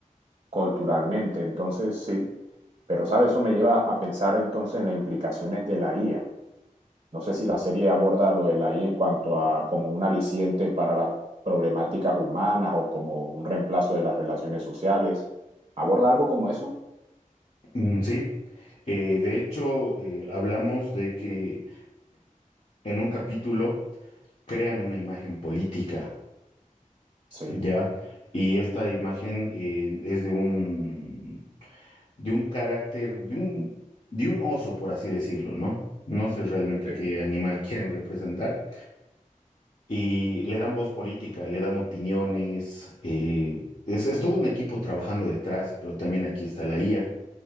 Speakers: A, on the right; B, on the left.
A: culturalmente. Entonces, sí, pero sabe, eso me lleva a pensar entonces en las implicaciones de la IA. No sé si la serie aborda lo de la IA en cuanto a como un aliciente para las problemáticas humanas o como un reemplazo de las relaciones sociales. ¿Aborda algo como eso?
B: Mm, sí. Eh, de hecho, eh, hablamos de que en un capítulo crean una imagen política,
A: Sí.
B: ¿ya? Y esta imagen eh, es de un, de un carácter, de un, de un oso, por así decirlo, ¿no? No sé realmente
A: Sí.
B: qué animal <laughs> quieren representar Y le dan voz política, le dan opiniones. eh, es, es todo un equipo trabajando detrás, pero también aquí está la IA.